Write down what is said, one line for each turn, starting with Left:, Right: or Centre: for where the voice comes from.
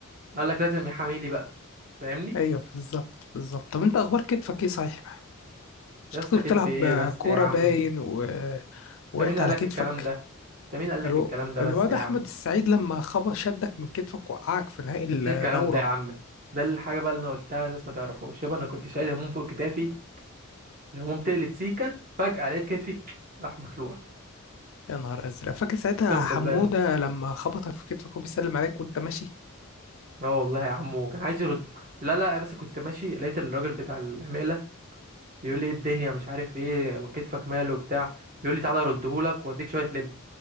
Right: قال لك لازم يحامي لي بقى فاهمني
Left: ايوه بالظبط بالظبط طب انت اخبار كتفك ايه صحيح مش
Right: يا
Left: أنت
Right: اسطى
Left: كنت
Right: كده
Left: بتلعب
Right: في ايه بس
Left: كوره
Right: يا عم
Left: باين و... وقعت
Right: انت مين قال
Left: على
Right: لك
Left: كتفك
Right: الكلام ده انت مين قال لك
Left: الو
Right: الكلام ده
Left: الواد
Right: بس يا
Left: احمد
Right: عم
Left: السعيد لما خبط شدك من كتفك وقعك في نهائي الدوره
Right: مفيش الكلام ده يا عم ده الحاجه بقى اللي انا قلتها الناس ما تعرفوش يابا انا كنت شايل هموم فوق كتافي الهموم تقلت سيكه فجاه لقيت كتفي راح مخلوع
Left: يا نهار ازرق فاكر ساعتها
Right: اقسم
Left: حموده
Right: بالله
Left: لما خبطك في كتفك وبيسلم عليك وانت ماشي
Right: اه والله يا عمو كان عايز يرد لا لا بس كنت ماشي لقيت الراجل بتاع المقلة بيقول لي ايه الدنيا مش عارف ايه كتفك ماله وبتاع بيقول لي تعالى اردهولك واديك شوية لب